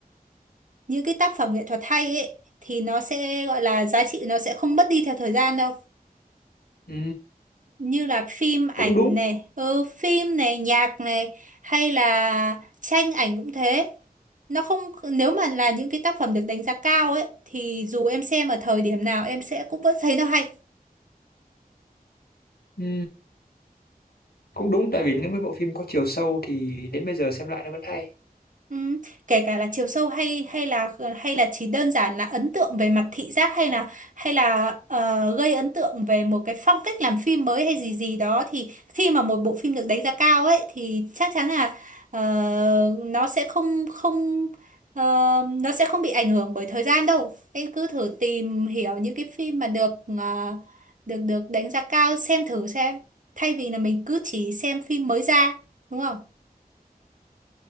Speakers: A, on the right; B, on the left.
A: những cái tác phẩm nghệ thuật hay ấy thì nó sẽ gọi là giá trị nó sẽ không mất đi theo thời gian đâu
B: Ừ,
A: như là phim ảnh
B: cũng đúng.
A: này ừ, phim này nhạc này hay là tranh ảnh cũng thế nó không nếu mà là những cái tác phẩm được đánh giá cao ấy thì dù em xem ở thời điểm nào em sẽ cũng vẫn thấy nó hay
B: Ừ, cũng đúng tại vì những cái bộ phim có chiều sâu thì đến bây giờ xem lại nó vẫn hay.
A: Ừ. Kể cả là chiều sâu hay hay là hay là chỉ đơn giản là ấn tượng về mặt thị giác hay là hay là ờ, gây ấn tượng về một cái phong cách làm phim mới hay gì gì đó thì khi mà một bộ phim được đánh giá cao ấy thì chắc chắn là ờ, nó sẽ không không ờ, nó sẽ không bị ảnh hưởng bởi thời gian đâu. Em cứ thử tìm hiểu những cái phim mà được ờ, được được đánh giá cao xem thử xem thay vì là mình cứ chỉ xem phim mới ra đúng không?